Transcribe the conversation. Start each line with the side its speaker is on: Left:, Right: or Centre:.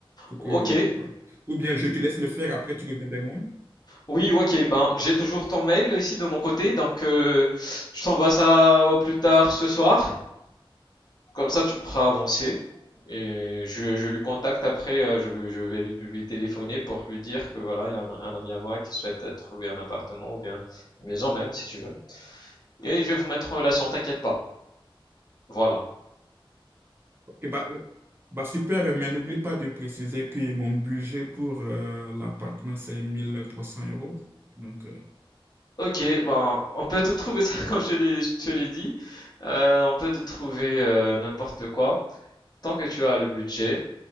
Right: pour
Left: Ok,
Right: que, bah, ou bien je te laisse le faire après tu reviens vers moi.
Left: oui ok, ben j'ai toujours ton mail ici de mon côté, donc euh, je t'envoie ça au plus tard ce soir. Comme ça, tu pourras avancer. Et je, je lui contacte après, euh, je, lui- je vais lui, lui téléphoner pour lui dire que voilà, il y a un, un ami à moi qui souhaite euh, trouver un appartement ou bien une maison même, si tu veux. Et je vais vous mettre en relation, t'inquiète pas. Voilà.
Right: Ok, bah, Bah super, euh, mais n'oublie pas de préciser que mon budget pour euh, l'appartement, c'est 1300 euros. Donc, euh,
Left: Ok, ben, on peut te trouver ça <laughs> comme je te l'ai, je te l'ai dit. Euh, on peut te trouver euh, n'importe quoi. Tant que tu as le budget,